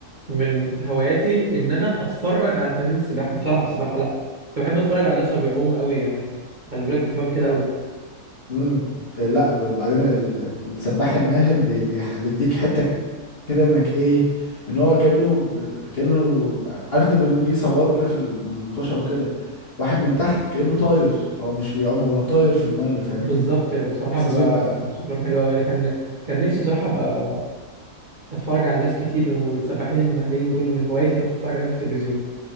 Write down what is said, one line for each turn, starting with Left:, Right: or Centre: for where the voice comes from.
Right: من هواياتي ان انا اتفرج على تمارين السباحه مش العب سباحه لا كنت بحب اتفرج على الناس وهو بيعوم قوي يعني خلي بالك بحب اعمل كده قوي
Left: امم لا وبعدين ال- ال- السباح الماهر بي- بيح- بيديك حته كده انك ايه ان هو كانه ب- كانه عارف انت لما بيجي يصوروا كده في المطوشه وكده واحد من تحت كانه طاير هو مش بيعوم هو طاير في الميه فاهمني
Right: بالظبط يعني بصراحه
Left: احساس
Right: بيبقى
Left: بيبقى
Right: شكلهم حلو قوي انا كان كان نفسي بصراحه ابقى اتفرج على ناس كتير والسباحين الماهرين دول من هواياتي اللي انا كنت اتفرج عليهم في التلفزيون